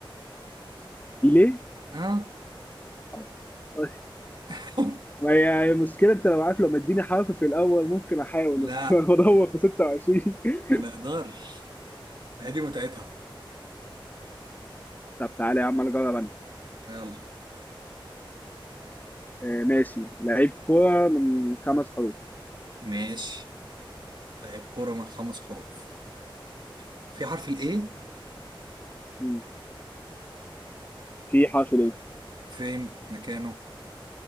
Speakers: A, on the left; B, on the right.
A: ليه
B: ها
A: آه، ماشي.
B: <laughs>
A: ما هي هي مشكلة انت لو عارف لو مديني حرف في الاول ممكن احاول
B: لا
A: بس <laughs> انا بدور في 26 <laughs>
B: ما نقدرش هي دي متعتها بقى
A: طب تعالى يا عم انا اجرب انا
B: يلا
A: آه ماشي لعيب كورة من خمس حروف
B: ماشي لاعب كورة من خمس حروف في حرف الاي
A: مم. في حرف ليه
B: فين مكانه